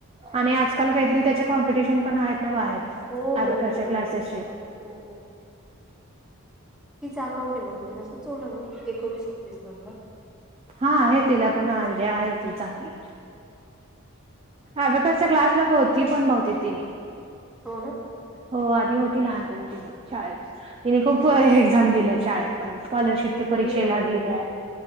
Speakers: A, on the right; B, in the centre.
A: आणि आजकाल काहीतरी त्याचे कॉम्पिटिशन पण आहेत ना बाहेर
B: हो
A: अब्याकसच्या
B: हो हो
A: क्लासेसचे.
B: हो तिच अकाउंट आहे म्हणून तिला सुचवलं मी हे करू शकतेस म्हटलं.
A: हा आहे तिला पुन्हा आयडिया आहे ती चांगली. अबाकसच्या क्लासला होती पण बहतेक ती.
B: हो न.
A: हो आधी होती लहानपनी तिची शाळेत. तिने खूप एक्झाम दिल्या शाळेत. स्कॉलरशिपच्या
B: त्या बोलली
A: परीक्षेला
B: ना मला
A: दिल्या.
B: ती